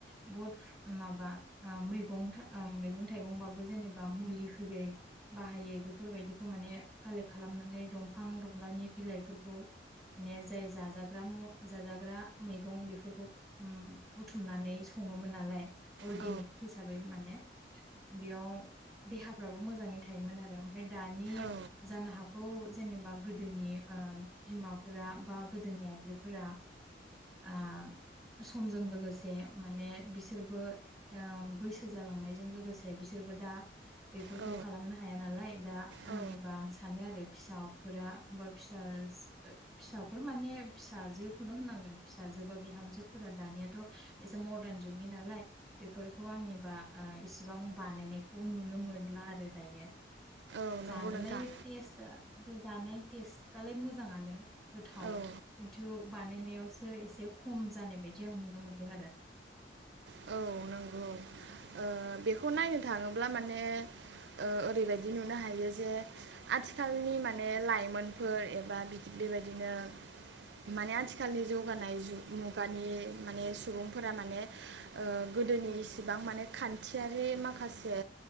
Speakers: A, in the centre; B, on the right (about 70°).
A: बहुत माबा मैगं मैगं थाइगंबाबो जेनेबा मुलि होयै बाहायै बेफोरबायदिखौ माने कालेक्ट खालामनानै दंफां दंलानि बिलाइफोरखौ माने जाय जाजाग्रा म जाजाग्रा मैगं बेफोरखौ ओम बुथुमनानै संङोमोन नालाय अर्गेनिक
B: औ
A: हिसाबै माने बेयाव देहाफ्राबो मोजाङै थायोमोन आरो फाय दानि
B: औ
A: जानो हा गौ जेनेबा गोदोनि ओ बिमाफोरा बा गोदोनि आइजोफोरा ओ समजों लोगोसे माने बिसोरबो ओ बैसो जालांनायजों लोगोसे बिसोरबो दा बेफोरखौ
B: औ
A: खालामनो हाया नालाय दा आंनिबा
B: औ
A: आं सानो आरो फिसाफोरा बा फिसा फिसाफोर माने फिसाजोखौनो होननांगोन फिसाजो बा बिहामजोफोरा दानियाथ एसे मदारन जुगनि नालाय बेफोरखौ आंनिबा ओ इसिबां बानायनायखौ नुनो मोनला आरो दायो।
B: औ
A: जानोलाय
B: नंगौ नोंथां
A: तेस्ट आ दो जानाय टेस्टआलाय मोजाङानो। गोथाव
B: औ
A: खिन्थु बानायनायावसो एसे खम जानाय बायदि आं नुनो मोन दों आरो
B: औ नंगौ। ओ बेखौ नायनो थाङोब्ला मान ने ओ ओरैबायदि नुनो हायो जे आथिखालनि माने लाइमोनफोर एबा बेबायदिनो माने आथिखालनि जौगानाय जुग मुगानि माने सुबुंफोरा माने ओ गोदोनि इसिबां माने खान थियारि माखासे